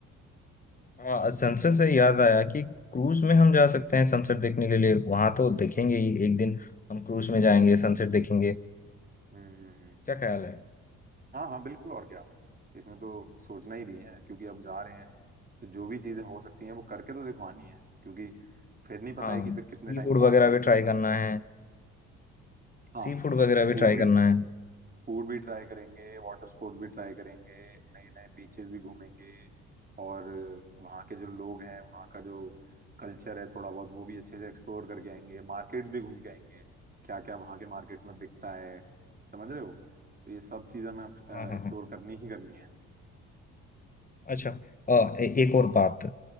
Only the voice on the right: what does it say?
हम्म
हाँ हाँ बिल्कुल और क्या इसमें तो सोचना ही नहीं है क्योंकि अब जा रहे हैं तो जो भी चीजें हो सकती हैं वो करके तो दिखवानी है क्योंकि फिर नहीं पता
है कि फिर कितने
टाइम
बाद
जाएंगे
दोबारा
हाँ
फूड
भी
फूड भी ट्राई करेंगे वाटर स्पोर्ट्स भी ट्राई करेंगे नए नए बीचेस भी घूमेंगे और वहाँ के जो लोग हैं वहाँ का जो कल्चर है थोड़ा बहुत वो भी अच्छे से एक्सप्लोर करके आएंगे मार्केट्स भी घूम के आएंगे क्या क्या वहाँ के मार्केट्स में बिकता है समझ रहे हो तो ये सब चीज़ हमें एक्सप्लोर
करनी ही करनी है